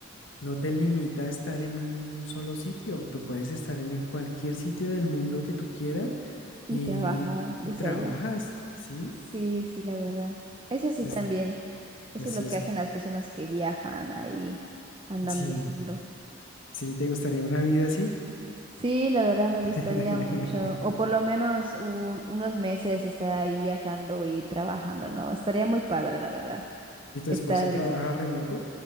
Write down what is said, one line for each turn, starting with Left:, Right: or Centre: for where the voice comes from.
Left: No te limita a estar en un solo sitio. Tú puedes estar en en cualquier sitio del mundo que tú quieras
Right: Y
Left: y,
Right: trabajar desde
Left: y- y trabajas,
Right: allá.
Left: ¿sí?
Right: Sí, sí, la verdad. Eso sí
Left: Es-
Right: también. Eso
Left: eso
Right: es lo que
Left: es,
Right: hacen las personas que viajan ahí, andan
Left: sí,
Right: viajando.
Left: sí, ¿te gustaría una vida así?
Right: Sí, la verdad me gustaría
Left: <laughs>
Right: mucho, o por lo menos un- unos meses estar ahí viajando y trabajando, ¿no? Estaría muy padre, la verdad,
Left: ¿Y tu
Right: estar
Left: esposo trabaja
Right: visitando.
Left: remoto?